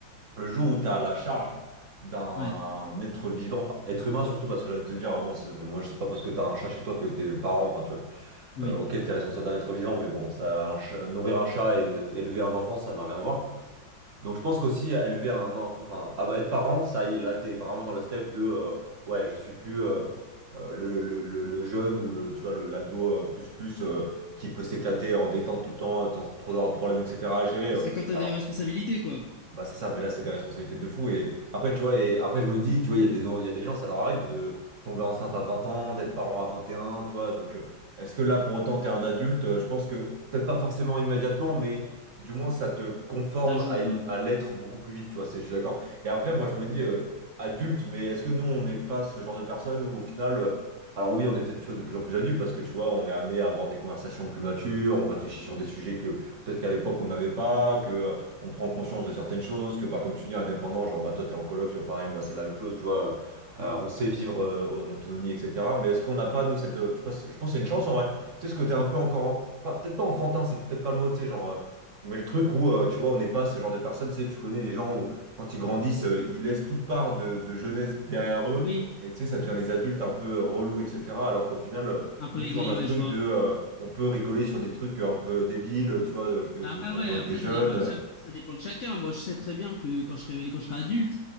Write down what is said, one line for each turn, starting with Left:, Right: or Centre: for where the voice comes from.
Right: Le jour où tu as la charge d'un
Left: Ouais,
Right: être vivant, enfin être humain surtout, parce que j'ai envie de te dire, ah bon, c'est- moi je sais pas parce que tu as un chat chez toi que tes parents, enfin tu vois,
Left: oui,
Right: euh, ok, tu es responsable d'un être vivant, mais bon, ça, un chat- nourrir un chat et ne- élever un enfant, ça n'a rien à voir. Donc je pense qu'aussi élever un enfant, enfin av- être parent, ça y est, là tu es vraiment dans le step de, euh, ouais, je suis plus euh, euh, le, le, le- le jeune ou le, tu vois, le, l'ado euh, plus plus euh, qui peut s'éclater en détente tout le temps, sans trop avoir de problèmes, etc. à gérer.
Left: Bah,
Right: euh.
Left: C'est quand t'as
Right: alors.
Left: des responsabilités, quoi.
Right: Bah c'est ça, mais là c'est des responsabilités de fou. Et après, tu vois, et après je me dis, tu vois, il y a des, il y a des gens, ça leur arrive de tomber enceinte à 20 ans, d'être parent à 21 tu vois. Donc euh, est-ce que là pour autant t'es un adulte? Euh, Je pense que peut-être pas forcément immédiatement, mais du moins ça te conforme
Left: ça joue
Right: à, l-
Left: quoi.
Right: à l'être beaucoup plus vite, tu vois. C'est, je suis d'accord. Et après, moi je me dis, euh, adulte, mais est-ce que nous on n'est pas ce genre de personnes où au final. euh, alors oui, on est peut-être tu vois, de plus en plus adulte parce que tu vois, on est amené à avoir des conversations plus matures, on réfléchit sur des sujets que peut-être qu'à l'époque on n'avait pas, que euh, on prend conscience de certaines choses, que bah, comme tu dis, indépendant, genre bah, toi t'es en coloc, je fais pareil, moi c'est la même chose, tu vois, Euh, on sait vivre euh, en autonomie, etc. Mais est-ce qu'on n'a pas, nous, cette. euh, je pense, je pense que c'est une chance en vrai. Tu sais, ce côté un peu encore. en- pas- Peut-être pas enfantin, c'est peut-être pas le mot, tu sais, genre. euh, mais le truc où, euh, tu vois, on n'est pas ce genre de personnes, tu sais, tu connais les gens où, quand ils grandissent, euh, ils laissent toute part de, de jeunesse derrière eux,
Left: Oui,
Right: et tu sais, ça devient les adultes un peu euh, relous, etc. Alors qu'au final, euh,
Left: un peu
Right: nous,
Left: aigri,
Right: tu vois, on a
Left: ouais,
Right: ce truc
Left: je vois.
Right: de, euh, on peut rigoler sur des trucs un peu débiles, tu vois, euh, que,
Left: Bah
Right: de,
Left: Après,
Right: quand
Left: ouais,
Right: on
Left: après,
Right: était jeune,
Left: ça dépend
Right: euh,
Left: de, cha- ça dépend de chacun. Moi, je sais très bien que quand je serai, quand je serai adulte,